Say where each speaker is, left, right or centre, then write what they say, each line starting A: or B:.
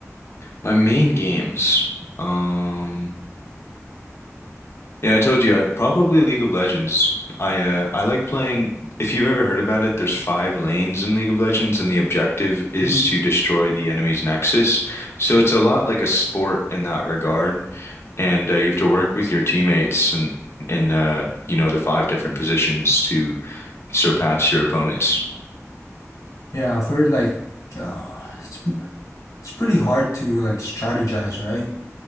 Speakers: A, on the left; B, on the left.
A: My main games. Um Yeah, I told you, I probably League of Legends. I uh I like playing if you've ever heard about it, there's five lanes in League of Legends and the objective is
B: Mhm.
A: to destroy the enemy's nexus. So it's a lot like a sport in that regard. And uh, you have to work with your teammates and in uh you know the five different positions to surpass your opponents.
B: Yeah, for like, uh, it's it's pretty hard to like strategize, right?